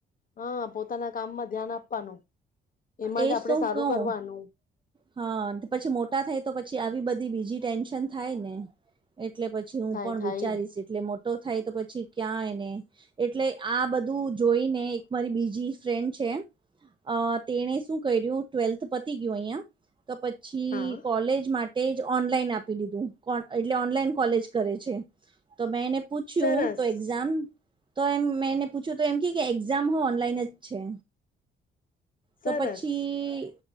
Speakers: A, on the left; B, on the right.
A: હા, પોતાના કામમાં ધ્યાન આપવાનું એમાં
B: એજ
A: જ આપડે
B: તો હું
A: સારું
B: કહું
A: કરવાનું.
B: હા, પછી મોટા થાય તો પછી આવી બધી બીજી ટેન્શન થાય ને એટલે પ છી હું
A: થાય
B: પણ
A: થાય.
B: વિચારીશ એટલે મોટો થાય તો પછી ક્યાં એને એટલે આ બધું જોઈને એક મારી બીજી ફ્રેન્ડ છે અહ તેણે શું કર્યું ટ્વેલ્થ પતી ગયું અહિયાં તો પછી
A: હા
B: કોલેજ મા તેજ ઓનલાઈન આપી દીધું કો એટલે ઓનલાઈન કોલેજ કરે છે. તો મેં એને પૂછ્યું
A: સરસ
B: તો એક્ઝામ તો એમ મેને પૂછ્યું તો એમ કે કે એક્ઝામ હો ઓનલાઈન જ છે.
A: સરસ
B: તો પછી